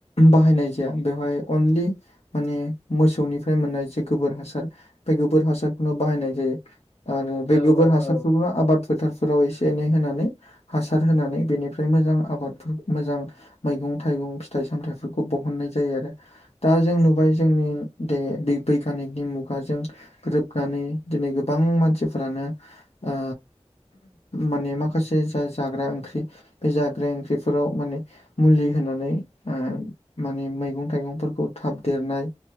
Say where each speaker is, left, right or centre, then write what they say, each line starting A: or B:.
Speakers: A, on the left; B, on the left.
A: बाहायनाय जाया बेवहाय अनलि माने मोसौनिफ्राय मोननाय जे गोबोर हासार बे गोबोर हासारखौनो बाहायनाय जायो आरो बे गोबोर
B: औ औ
A: हासारफोरखौनो
B: औ
A: आबाद फोथारफोराव एसे एनै होनानै हासार होनानै बेनिफ्राय मोजां आबादफोर मोजां मैगं थाइगं फिथाइ सामथाइफोरखौ बहननाय जायो आरो दा जों नुबाय जोंनि दे बे बैगानिकनि मुगाजों ग्रोबनानै दिनै गोबां मानसिफोरानो ओ माने माखासे जा जाग्रा ओंख्रि बे जाग्रा ओंख्रिफोराव माने मुलि होनानै ओ माने मैगं थाइगंफोरखौ थाब देरनाय